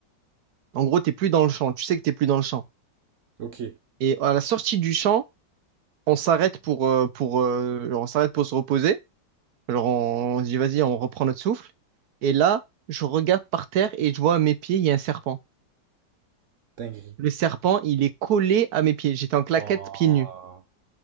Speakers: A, on the right; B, on the right.
A: En gros, t'es plus dans le champ, tu sais que t'es plus dans le champ.
B: ok.
A: Et à la sortie du champ, on s'arrête pour, euh, pour, euh, genre, on s'arrête pour se reposer. Genre, on, on se dit, vas-y, on reprend notre souffle. Et là, je regarde par terre et je vois à mes pieds, il y a un serpent.
B: Dinguerie.
A: Le serpent, il est collé à mes pieds. J'étais en claquette,
B: Waouh.
A: pieds nus.